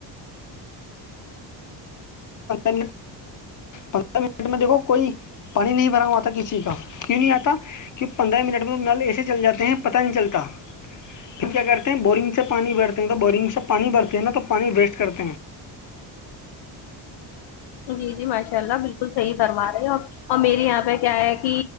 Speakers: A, on the left; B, on the left.
A: ندرہ م پندرہ منٹ میں دیکھو کوئی پانی نہیں بھرا ہوا تھا کسی کا کیوں نہیں آتا کی پندرہ منٹ میں تناال ایسے چل جے ہیں پتا نہیں چلتا ہم کیا کرتے ہیں بورنگ سے پانی بھرتے ہیں تو بورنگ سے پانی بھرتے ہیں نا تو پانی ویسٹ کرتے ہیں
B: جی جی ماشاء اللہ بالکل صحیح فرما رہے ہو آپ اور میرری یہاں پہ کیا ہے کہ